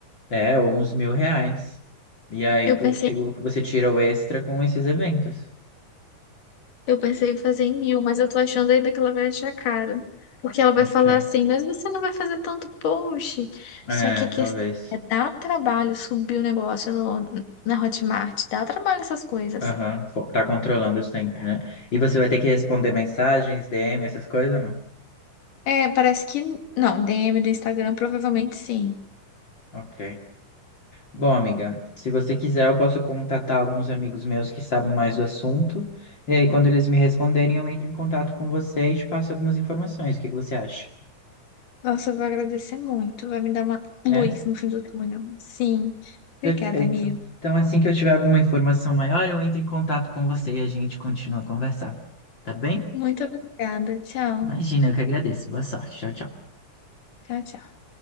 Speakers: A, on the left; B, on the left.
A: É, ou uns mil reais. E aí,
B: Eu
A: o
B: pensei
A: que o que você tira o extra com esses eventos.
B: Eu pensei em fazer em mil, mas eu tô achando ainda que ela vai achar caro. Porque ela vai
A: Ok.
B: falar assim, mas você não vai fazer tanto post.
A: É,
B: Só que a questão
A: talvez.
B: é dá trabalho subir o negócio no, na Hotmart, dá trabalho essas coisas.
A: Aham. Pô, Tá controlando os tempos, né? E você vai ter que responder mensagens, DM, essas coisas ou não?
B: É, parece que. Não, DM do Instagram, provavelmente sim.
A: Ok. Bom, amiga, se você quiser, eu posso contatar alguns amigos meus que sabem mais do assunto. E aí, quando eles me responderem, eu entro em contato com você e te passo algumas informações. O que que você acha?
B: Nossa, eu vou agradecer muito. Vai me dar uma
A: É?
B: luz no fim do túnel. Sim. Obrigada,
A: Perfeito.
B: Mia.
A: Então, assim que eu tiver alguma informação maior, eu entro em contato com você e a gente continua a conversar. Tá bem?
B: Muito obrigada. Tchau.
A: Imagina, eu que agradeço. Boa sorte. Tchau, tchau.
B: Tchau, tchau.